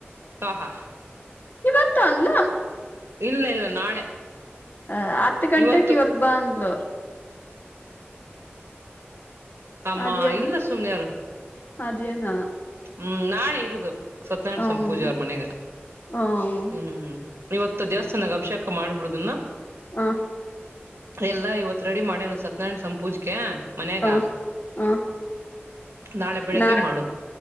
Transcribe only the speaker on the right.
ಸ ಹ
ಇಲ್ಲ ಇಲ್ಲ ನಾಳೆ
ಇವತ್ತು
ಆಮ್ಮಾ
ಇಲ್ಲ ಸುಮ್ಮಯಾರ
ಹ್ಮ್ ನಾಳೆ ಇರುದು ಸತ್ಯನಾರಾಯಣ್
ಸಂಪೂಜೆ ಅವ್ರ ಮನೆಗ
ಹ್ಮ್ ಇವತ್ತು ದೇವಸ್ಥಾನಕ್ಕೆ ಅಭಿಷೇಕ್ ಮಾಡ್
ಎಲ್ಲ ಇ ರೆಡಿ ಮಾಡ ಸತ್ಯನಾರಾಯಣ ಸಂಪೂಜಕ ಮನ್ಯಾಗ
ನಾಳೆ ಬೆಳಿಗ್ಗೆ
ಮಾಡುದು